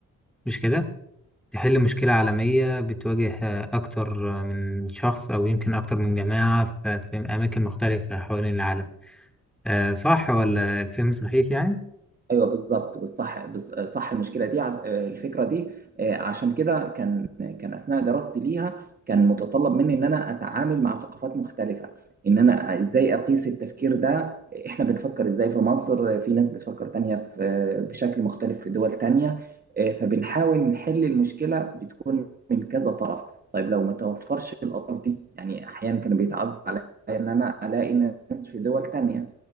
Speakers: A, in the centre; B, on the right.
A: مش كده تحل مشكله عالميه بتواجه اكتر من شخص او يمكن اكتر من جماعه ف- في اماكن مختلفه حوالين العالم آه، صح ولا الفهم صحيح يعني
B: ايوه بالظبط بالصح بص- آه، صح المشكله دي ع- الفكره دي آه، عشان كده كان كان اثناء دراستي ليها كان متطلب مني ان انا اتعامل مع ثقافات مختلفه ان انا ازاي اقيس التفكير ده احنا بنفكر ازاي في مصر في ناس بتفكر تانية في بشكل مختلف في دول تانية آه، فبنحاول نحل المشكله بتكون من كذا طرف طيب لو ما توفرش الاطراف دي يعني احيانا كان بيتعز عليا ان انا الاقي ناس في دول تانية